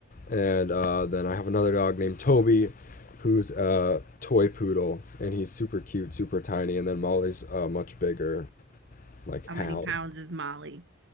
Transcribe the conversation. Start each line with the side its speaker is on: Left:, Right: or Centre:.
Left: And uh then I have another dog named Toby who's a toy poodle and he's super cute, super tiny, and then Molly's a much bigger like
Right: How
Left: hound.
Right: many pounds is Molly?